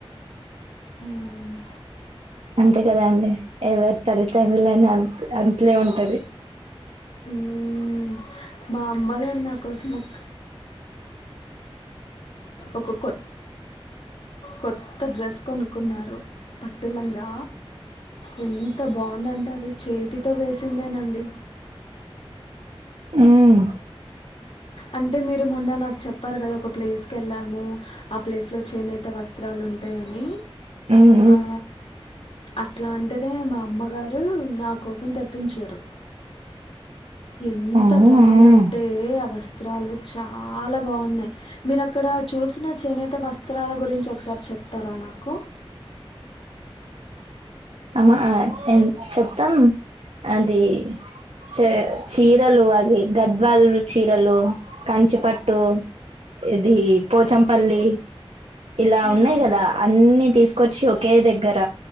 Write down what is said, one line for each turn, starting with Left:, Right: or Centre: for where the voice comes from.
Left: ఉమ్
Right: అంతే కదండి ఎవరి తల్లితండ్రులు అయినా అంత అంతే ఉంటది
Left: ఉమ్ మా అమ్మగారు నాకోసం ఒక ఒక కొ కొత్త డ్రెస్ కొనుక్కున్నారు పట్టు లంగా ఎంత బాగుందంటే అది చేతితో వేసిందేనండి
Right: మ్
Left: అంటే మీరు మొన్న నాకు చెప్పారు కదా ఒక ప్లేస్కి వెళ్ళాము ఆ ప్లేస్లో చేనేత వస్త్రాలు ఉంటాయని
Right: ఉమ్
Left: ఆ అట్లాంటిదే మా అమ్మగారు నా కోసం తెప్పించారు ఎంత
Right: ఉమ్
Left: బాగుందంటే అవస్ వస్త్రాలు చాలా బాగున్నాయి మీరు అక్కడ చూసిన చేనేత వస్త్రాల గురించి ఒకసారి చె త్తర నాకు
Right: ఆ ఎ చెప్తాం అది చ చీరలు అది గద్వాలు చీరలు కంచిపట్టు ఇది పోచంపల్లి ఇలా
Left: ఆహా
Right: ఉన్నాయి కదా అన్నిీ తీసుకొచ్చి కే దగ్గర